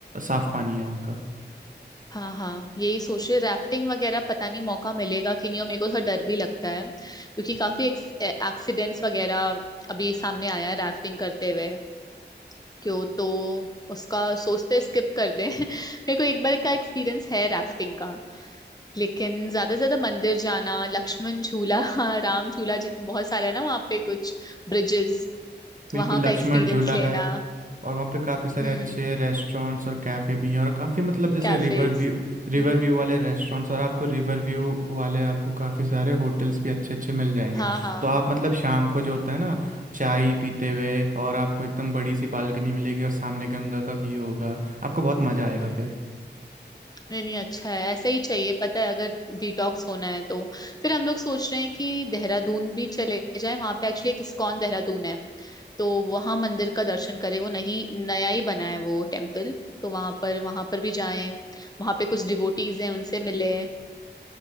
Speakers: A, on the right (about 45°); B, on the left (about 20°).
A: साफ़ पानी है वहाँ का
B: हाँ हाँ यही सोच रहे राफ्टिंग वगैरह पता नहीं मौका मिलेगा कि नहीं और मेरे को थोड़ा डर भी लगता है क्योंकि काफी एक्सीडेंट्स वगैरह अभी सामने आया है राफ्टिंग करते हुए क्यों तो उसका सोचते स्किप कर दें <laughs> मेरे को एक बार का एक्सपीरियंस है राफ्टिंग का लेकिन ज्यादा से ज्यादा मंदिर जाना लक्ष्मण झूला <laughs> हाँ, राम झूला जितने बहुत सारे है ना वहाँ पे कुछ ब्रिजेस
A: बिल्कुल
B: वहाँ का
A: लक्ष्मण
B: एक्सपीरियंस
A: झूला
B: लेना
A: है और वहाँ पे काफ़ी सारे
B: हम्म
A: अच्छे रेस्टोरेंट्स और कैफ़े भी हैं और काफ़ी मतलब जैसे
B: कैफेज
A: रिवर व्यू रिवर
B: हम्म
A: व्यू वाले रेस्टोरेंट्स और आपको रिवर व्यू वाले आपको काफ़ी सारे होटल्स भी अच्छे अच्छे मिल जाएंगे
B: हाँ हाँ
A: तो आप मतलब शाम को जो होता है ना चाय पीते हुए और आपको एकदम बड़ी सी बालकनी मिलेगी और सामने गंगा का व्यू होगा आपको बहुत मज़ा आएगा
B: हम्म नहीं नहीं अच्छा है ऐसा ही चाहिए पता है अगर डिटॉक्स होना है तो फिर हम लोग सोच रहे हैं कि देहरादून भी चले जाएं वहां पे एक्चुअली एक इस्कॉन देहरादून है तो वहां मंदिर का दर्शन करें वो नहीं नया ही बना है वो टेम्पल तो वहां पर वहां पर भी जाएं वहां पे कुछ डिवोटीज हैं उनसे मिले